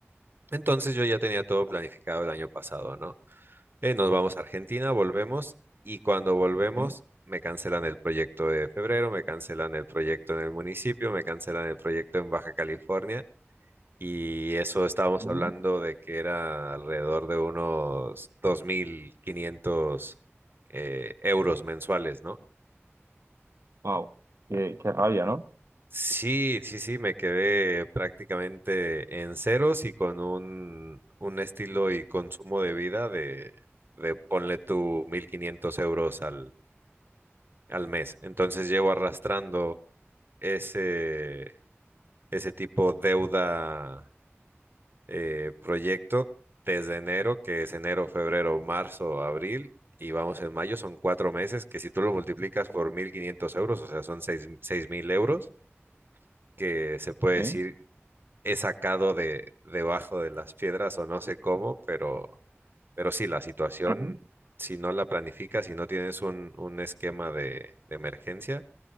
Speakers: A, on the right; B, on the right.
A: entonces yo ya tenía todo planificado el año pasado, ¿no? Eh, nos vamos a Argentina, volvemos y cuando volvemos
B: ¿Sí?
A: me cancelan el proyecto de febrero, me cancelan el proyecto en el municipio, me cancelan el proyecto en Baja California y eso estábamos
B: ujú.
A: hablando de que era alrededor de unos 2.500 eh, euros mensuales, ¿no?
B: Guau, Qué, qué rabia, ¿no?
A: Sí, sí, sí, me quedé prácticamente en ceros y con un, un estilo y consumo de vida de, de ponle tú 1.500 euros al, al mes. Entonces llevo arrastrando ese, ese tipo deuda eh, proyecto desde enero, que es enero, febrero, marzo, abril, y vamos en mayo, son cuatro meses que si tú lo multiplicas por 1.500 euros, o sea, son seis 6.000 euros, que se puede
B: Sí.
A: decir he sacado de debajo de las piedras o no sé cómo, pero, pero sí, la situación,
B: ujú.
A: si no la planificas, si no tienes un, un esquema de, de emergencia,